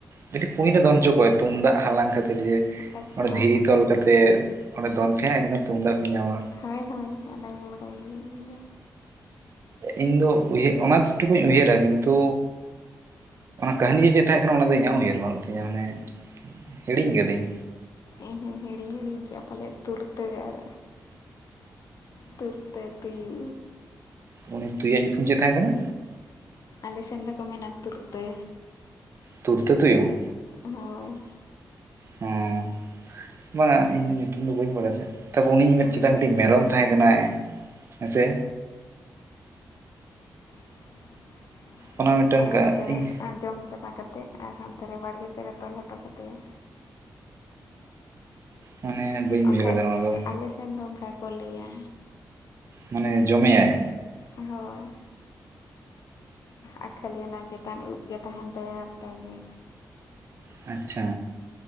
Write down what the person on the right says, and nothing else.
ᱴᱤᱴᱟᱡ ᱠᱩᱸᱧᱤ ᱨᱮ ᱫᱚᱱ ᱦᱚᱪᱚ ᱠᱚᱟᱭ ᱛᱩᱢᱫᱟᱜ ᱦᱟᱞᱟᱝ ᱠᱷᱟᱹᱛᱤᱨ ᱡᱮ
ᱚᱸᱰᱮ ᱫᱷᱤᱨᱤ
ᱛᱚᱞ ᱠᱟᱛᱮᱜ ᱚᱸᱰᱮ ᱫᱚᱱ ᱯᱮ ᱮᱸᱰᱮ ᱠᱷᱟᱱ ᱛᱩᱢᱫᱟᱜ ᱯᱮ ᱧᱟᱢᱟ
ᱤᱧ ᱫᱚ ᱩᱭ ᱚᱱᱟ ᱴᱩᱠᱩᱧ ᱩᱭᱦᱟᱹᱨᱟ ᱠᱤᱱᱛᱩ ᱠᱟᱹᱦᱱᱤ ᱜᱮ ᱪᱮᱫ ᱛᱟᱦᱮᱸᱜ ᱠᱟᱱᱟ ᱚᱱᱟ ᱫᱚ ᱤᱧᱟᱹᱜ ᱦᱚᱸ ᱩᱭᱦᱟᱹᱨ ᱵᱟᱝ ᱛᱤᱧᱟᱹ ᱢᱟᱱᱮ ᱦᱤᱲᱤᱧ ᱠᱟᱹᱫᱟᱹᱧ
ᱩᱱᱤ ᱛᱩᱭᱣᱟᱜ ᱧᱩᱛᱩᱢ ᱪᱮᱫ ᱛᱟᱦᱮᱸ ᱠᱟᱱᱟ
ᱛᱩᱨᱛᱟᱹ ᱛᱩᱭᱩ
ᱦᱮᱸ ᱵᱟᱝᱟ ᱤᱧ ᱫᱚ ᱧᱩᱛᱩᱢ ᱫᱚ ᱵᱟᱹᱧ ᱵᱟᱲᱟᱭ ᱛᱟᱦᱮᱸᱫ ᱛᱟᱯᱚᱨ ᱩᱱᱤᱧ ᱢᱮᱱ
ᱪᱮᱫᱟ ᱢᱤᱫᱴᱤᱡ ᱢᱮᱨᱚᱢ ᱛᱟᱦᱮᱸ ᱠᱟᱱᱟᱭ ᱦᱮᱸᱥᱮ
ᱚᱱᱟ ᱢᱤᱫᱴᱟᱝ
ᱤᱧ
ᱢᱟᱱᱮ ᱵᱟᱹᱧ ᱵᱩᱡᱷᱟᱹᱣ
ᱞᱮᱫᱟ ᱱᱚᱣᱟ ᱫᱚ
ᱢᱟᱱᱮ ᱡᱚᱢᱭᱟᱭ
ᱟᱪᱪᱷᱟ